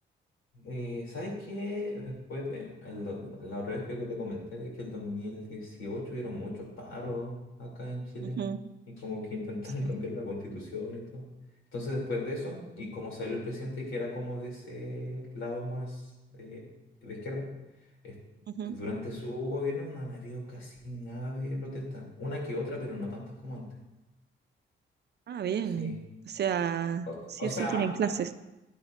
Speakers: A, on the left; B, on the right.
A: Eh, ¿sabes qué? Después de, el do- la otra vez creo que te comenté de que el 2018 hubieron muchos paros acá en Chile
B: Ujú.
A: y como que intentaron
B: Sí.
A: <laughs> cambiar la constitución y todo. Entonces después de eso, y como salió el presidente que era como de ese lado más eh, de, izquierda, es-
B: Ujú.
A: durante su gobierno no han habido casi nada de protesta. Una que otra, pero no tantas como antes.
B: Ah, bien.
A: Sí.
B: O sea,
A: O,
B: sí
A: o
B: o
A: sea,
B: sí tienen clases.